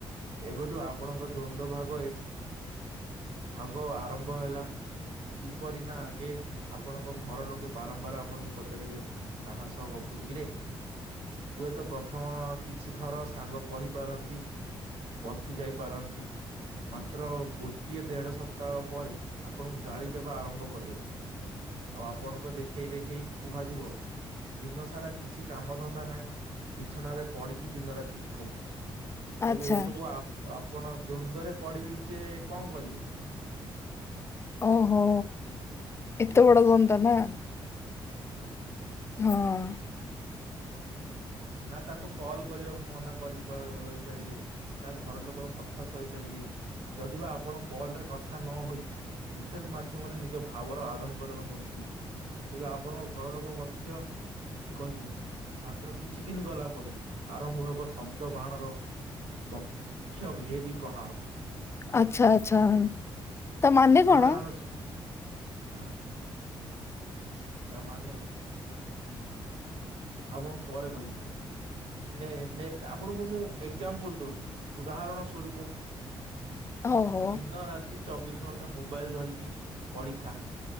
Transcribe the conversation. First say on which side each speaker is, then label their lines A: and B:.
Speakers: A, on the right; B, on the left.
A: ଏବେଠୁ ଆପଣଙ୍କ ଦ୍ଵନ୍ଦ ଭାଗ ଭାଗ ଆରମ୍ଭ ହେଲା। କିପରି ନା ଆଗେ ଆପଣଙ୍କ ଘର ଲୋକେ ବାରମ୍ବାର ଆପଣଙ୍କୁ ପଚାରିବେ କାହା ସହ ଗପୁଛୁ କିରେ <inaudible> ହୁଏତ ପ୍ରଥମ କିଛି ଥର ସାଙ୍ଗ କହିପାରନ୍ତି ବର୍ତ୍ତି ଯାଇପାରନ୍ତି। ମାତ୍ର ଗୋଟିଏ ଦେଢ ସପ୍ତାହ ପରେ ଆପଣଙ୍କୁ ଗାଳି ଦେବା ଆରମ୍ଭ କରିଦେବେ। ଆଉ ଆପଣଙ୍କ ଦେଖେଇ ଦେଖେଇ କୁହାଯିବ ଦିନ ସାରା କିଛି କାମ ଧନ୍ଦା ନାହିଁ ବିଛଣାରେ ପଡିକି ଦିନ ରାତି ଗପୁଛୁ। ତେବେ
B: ଆଚ୍ଛା।
A: ଏସବୁ ଆପ ଆ ଆପଣ ଦ୍ୱନ୍ଦ ରେ ପଡିବେ ଯେ କଣ କରିବେ। <inaudible>
B: ଓହୋ ଏତେ ବଡ ଦୋନଦ ନା।
A: ହଉ
B: ହଁ।
A: ନା ତାକୁ କଲ କରିବାକୁ କୁ ମନା କରି କହିବ ଭାଇ କରିବେ ନା ଘର ଲୋକଙ୍କ କଥା ସହିପାରିବେ ଯଦିବା ଆପଣ କଲ ରେ କଥା ନ ହେଇ ମେସେଜ ମାଧ୍ୟମରେ ନିଜ ଭାବର ଆଦାନ ପ୍ରଦାନ କରୁଛନ୍ତି। ଏବେ ଆପଣଙ୍କ ଘର ଲୋକ ମଧ୍ୟ କିଛି କହିବେନି। ମାତ୍ର କିଛି ଦିନ ଗଲା ପରେ ଆରମ୍ଭ ହେବ ଶବ୍ଦ ବାହାଣର ବକ୍ଷ ଭେଦୀ ପ୍ରହାର।
B: ଆଚ୍ଛା ଆଚ୍ଛା। ତା ମାନେ
A: ଉଦାହରଣ
B: କଣ?
A: ହଁ। ତା ମାନେ ଆପଣଙ୍କୁ ପରେ କହିବି <inaudible> ନେ ନେଷ୍ଟ ଆପଣଙ୍କୁ ମୁଁ ଏକ୍ଜାମ୍ପଲ ଦଉଛି। ଉଦାହରଣ ସରୂପ
B: ଓହୋ
A: ଦିନ ରାତି ଚବିଶ ଘଣ୍ଟା ମୋବାଇଲ ଧରିକି ପଡିଥା।